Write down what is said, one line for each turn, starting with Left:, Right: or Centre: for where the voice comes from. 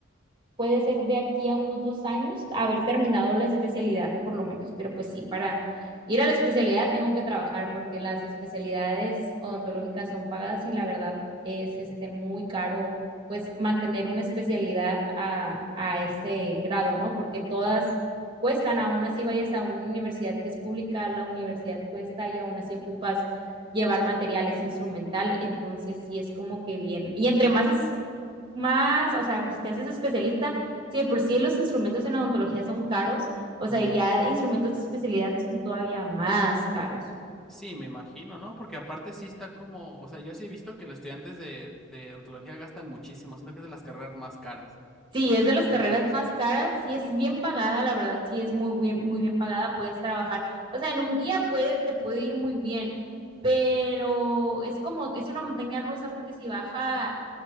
Right: puede ser de aquí a unos dos años haber terminado la especialidad, por lo menos. Pero pues sí, para ir a la especialidad tengo que trabajar porque las especialidades odontológicas son pagadas y la verdad es
Centre: Ujú.
Right: este muy caro pues mantener una especialidad a, a ese grado, ¿no? Porque todas cuestan,
Centre: Sí.
Right: aún así vayas a una universidad que es pública, la universidad cuesta y aún así ocupas llevar materiales instrumental, entonces sí es como que bien. Y entre más es más, o sea, pues si te haces especialista, sí, de por sí los instrumentos en odontología son caros, o
Centre: Ujú.
Right: sea, ya instrumentos de especialidad son todavía más caros.
Centre: Sí, me imagino, ¿no? Porque aparte sí está como, o sea, yo sí he visto que los estudiantes de, de odontología gastan muchísimo, siento que es de las carreras más caras.
Right: Sí, es
Centre: Y
Right: de
Centre: imagínate
Right: las carreras
Centre: en la especialidad.
Right: más caras,
Centre: Ajá.
Right: sí es bien pagada, la verdad, sí es muy bien, muy bien pagada, puedes trabajar, o sea, en un día puede, te puede ir muy bien, pero es como, es una montaña rusa porque si baja